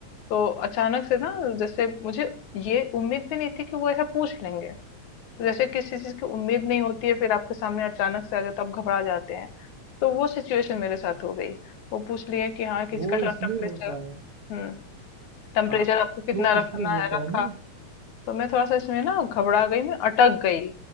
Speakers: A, on the left; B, on the right.
A: तो अचानक से ना जैसे मुझे ये उम्मीद भी नहीं थी कि वो ऐसा पूछ लेंगे तो जैसे किसी चीज की उम्मीद नहीं होती है फिर आपके सामने अचानक से आ जाता है, आप घबरा जाते हैं तो वो सिचुएशन मेरे साथ हो गई वो पूछ लिए कि हाँ किसका
B: वो इसलिए
A: टेम्परेचर
B: होता है
A: हम्म टेम्परेचर
B: हाँ
A: आपको कितना
B: वो इसलिए
A: रखना
B: होता
A: है रखा
B: है ना
A: तो मैं थोड़ा सा इसमें ना घबरा गई मैं अटक गई